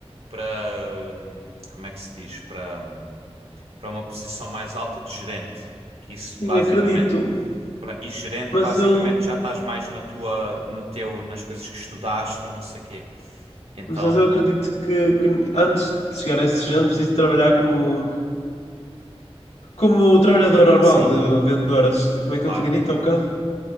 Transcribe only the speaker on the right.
para hum, como é que se diz? Para hum, para uma posição mais alta de gerente. Que isso
basicamente
para- e gerente
basicamente
já estás mais na tua no teu nas coisas que estudaste e não sei quê. Então,
sim,
claro.